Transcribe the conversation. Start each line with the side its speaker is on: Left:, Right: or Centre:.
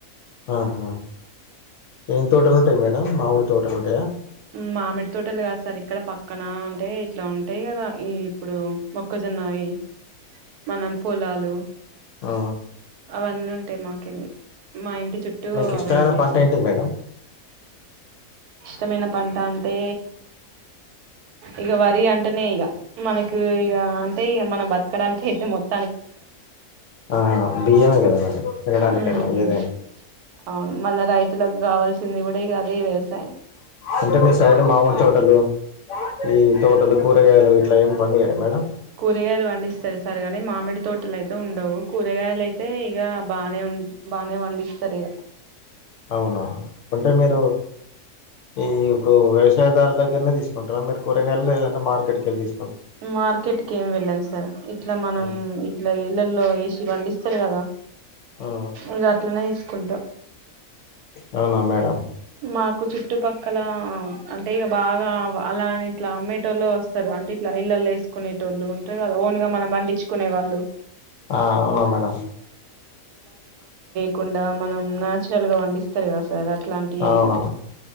Left: ఆహా ఏం తోటలు ఉంటాయి మేడం మామిడి తోటలు ఉంటాయ
Right: మామిడి తోటలు కాదు సార్ ఇక్కడ పక్కన అంటే ఇట్లా ఉంటాయి కదా ఈ ఇప్పుడు మొక్క <unintelligible> మనం పొలాలు
Left: ఆ
Right: అవన్నీ ఉంటాయి మాకెళ్ళి మా ఇంటి చుట్టూ
Left: మీకు ఇష్టమైన
Right: అవే ఉంటాయి
Left: పంట
Right: సార్
Left: ఏంటిది మేడం
Right: ఇష్టమైన పంట అంటే ఇక వరి అంటేనే ఇక మనకి ఇక అంటే ఇక మనం బతకడానికి అయితే మోత
Left: ఆ బియ్యమే కదా మేడం తినడానికైనా
Right: ఉమ్
Left: ఏదైనా
Right: అవును మళ్ళ రైతులకు కావాల్సింది కూడా అదే వ్యవసాయం
Left: అంటే మీ సైడ్ మామీడి తోటలు ఈ తోటలు కూరగాయలు ఇట్లా ఏమి పండియార మేడం
Right: కూరగాయలు పండిస్తారు సారు గానీ మామిడి తోటలు అయితే అయి ఉండవు కూరగాయలు అయితే ఇక బానే బాగానే పండిస్తారు ఇక
Left: అవునా అంటే మీరు ఈ ఇప్పుడు వ్యవసయదరూ దగ్గరనే తీసుకుంటారా మీరు కురగాయలు లేదంటే మార్కెట్కి వెల్లి తీ
Right: మార్కెట్ కి ఏం వెళ్ళం సార్ ఇట్లా మనం
Left: ఉమ్,
Right: ఇట్లా ఇళ్లలో వ ఇ పండిస్తారు కదా
Left: ఆ
Right: ఇగ అట్లనే తీసుకుంటాం
Left: అవున మేడమ్
Right: మాకు చుట్టుపక్కల అంటే ఇక బాగా అలా ఇట్లా అమ్మేటోళ్ళ వస్తారు అంటే ఇట్లా ఇల్లలు వేసుకునే తోళు ఉంటారు కదా ఓన్ గా మనం పండించుకునే వాళ్ళు
Left: ఆ అవునా మేడం
Right: కుండా మనం నాచురల్ గా పండిస్తారు కదా సార్ అట్లాంటివే
Left: అవునా
Right: ఇగ